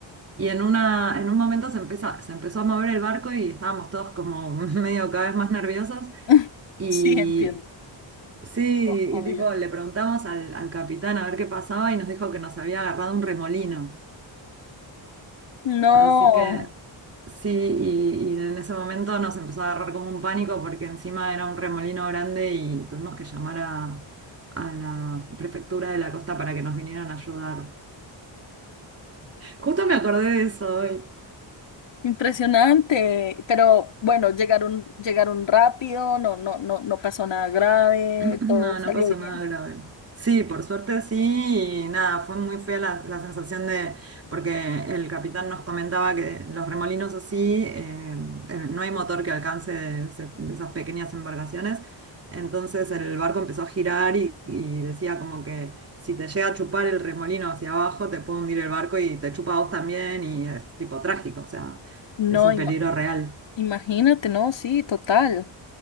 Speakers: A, on the right; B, on the left.
A: Y en, una, en un momento se, empeza- se empezó a mover el barco y estábamos todos como <laughs> medio cada vez más nerviosos.
B: <laughs>
A: Y
B: Sí, entiendo.
A: Sí,
B: O- Obvio.
A: y tipo, le preguntamos al, al capitán a ver qué pasaba y nos dijo que nos había agarrado un remolino.
B: No,
A: Así que sí, y, y en ese momento nos empezó a agarrar como un pánico porque encima era un remolino grande y tuvimos que llamar a, a la prefectura de la costa para que nos vinieran a ayudar. Justo me acordé de eso hoy.
B: impresionante. Pero bueno, llegaron, llegaron rápido, no, no, no, no pasó nada grave,
A: <clears throat> No,
B: todo salió
A: no pasó
B: bien.
A: nada grave. Sí, por suerte sí, y nada, fue muy fea la, la sensación de, porque el capitán nos comentaba que los remolinos así, eh, el- no hay motor que alcance de, ese- de esas pequeñas embarcaciones, entonces el barco empezó a girar y, y decía como que si te llega a chupar el remolino hacia abajo, te puede hundir el barco y te chupa a vos también y es tipo trágico, o sea,
B: No,
A: es un
B: ima-
A: peligro real.
B: imagínate, no, sí, total.